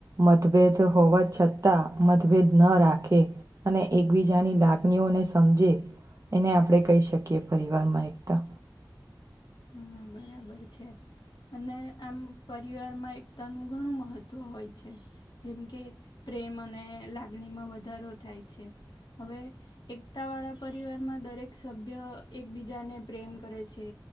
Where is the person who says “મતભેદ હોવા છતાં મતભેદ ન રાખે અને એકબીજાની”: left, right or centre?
Right